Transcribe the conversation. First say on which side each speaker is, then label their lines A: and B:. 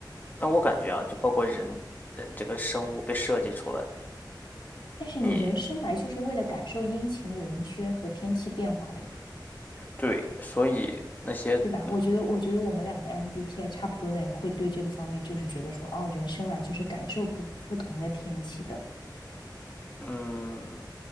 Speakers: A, on the left; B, on the left.
A: 但我感觉啊，就包括人，呃，这个生物被设计出来，
B: 但是你人生来就是为了感受阴晴圆缺和天气变化的呀，
A: 你对，所以那些嗯
B: 对吧？我觉得，我觉得我们两个 MBTI 差不多的人会对这个方面就是觉得说，哦，人生来就是感受不不同的天气的。
A: 嗯